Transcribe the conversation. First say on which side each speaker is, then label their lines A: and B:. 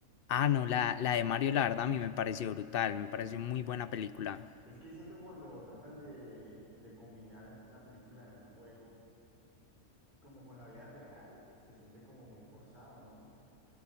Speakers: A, on the left; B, on the right.
A: Ah, no, la, la de Mario, la verdad, a mí me pareció brutal, me pareció muy buena película.
B: Es que siento que cuando tratan de, de combinar la película de un juego como con la vida real, se siente como muy forzado, ¿no?